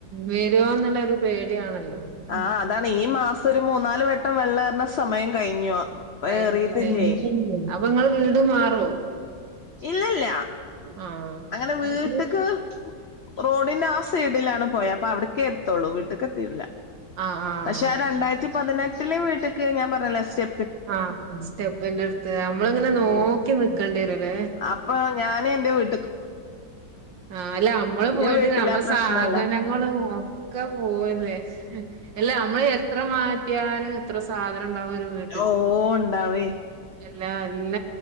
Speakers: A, on the right (about 80°); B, on the left (about 80°).
A: വെരോ ന്നുള്ളൊരു പേടിയാണല്ലോ ഉം
B: ആ അതാണ് ഈ മാസം ഒരു മൂന്നാല് വട്ടം വെള്ളേർണ സമയം കഴിഞ്ഞു
A: കഴിഞ്ഞ്തെ
B: ഏറിയിട്ടില്ലേ
A: അപ്പൊ ങ്ങള് വീട് മാറോ?
B: ഇല്ലില്ല
A: ആഹ്
B: അങ്ങനെ വീട്ട്ക്ക്
A: അത്
B: റോഡിന്റെ ആ സൈഡിലാണ് പൊയ അപ്പൊ അവ്ട്ക്കേ എത്തുള്ളൂ വീട്ട്ക്ക് എത്തീട്ടില്ല
A: ആഹ് ആഹ്
B: പക്ഷെ ആ രണ്ടായിരത്തി പതിനെട്ടില് വീട്ട്ക്ക് ഞാൻ പറഞ്ഞല്ലേ സ്റ്റെ
A: ആ സ്റ്റെപ്പിന്റെട്ത്ത് നമ്മളിങ്ങനെ നോക്കി
B: ഉം
A: നിക്കണ്ടിഎരൂലേ
B: അപ്പൊ ഞാന് എന്റെ വീ
A: ആ അല്ല നമ്മള്
B: എന്റെ
A: പോയിട്ട്
B: വീട്ടിലാ
A: നമ്മ
B: പ്രശ്നല്ല
A: സാധനങ്ങള് ഒ ഒക്കെ പോവല്ലേ എല്ല നമ്മള് എത്ര മാറ്റിയാലും എത്ര സാധനം ഉണ്ടാവും ഒരു വീ
B: ഓ ഇണ്ടാവേ
A: എല്ലാ എല്ല